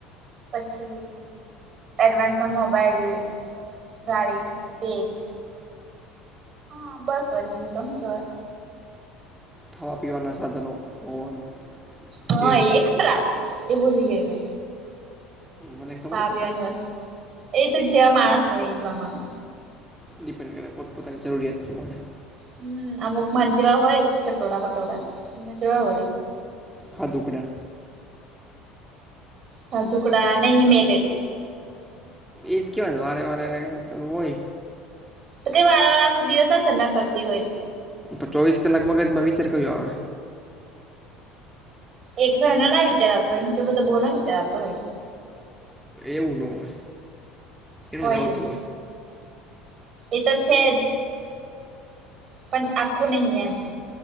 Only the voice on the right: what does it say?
પછી એડવાન્સમાં મોબાઈલ દ્વારે તેજ હા બસ વળી બીજું હુ કહેવાય
હા
એ ખરા એ ભૂલી ગઈ મે
ખાવા
પીવાની
વસ્તુઓ એ તો જેવા માણસ હોય એ પ્રમાણે.
હમ્મ અમુક માર જેવા હોય ચટોરા પટોરા તેવા હો
હા ટુકડા નહીં મેલી.
તો કઈ વાર વાર આખો દિવસ ઝગડા કરતી હોય.
એકલો એનો ના વિચાર આવતો હોય બીજો બધા બહુ ના વિચાર આવતો હોય.
હોય
એવું એ તો છે જ. પણ આખવું નહી એમ.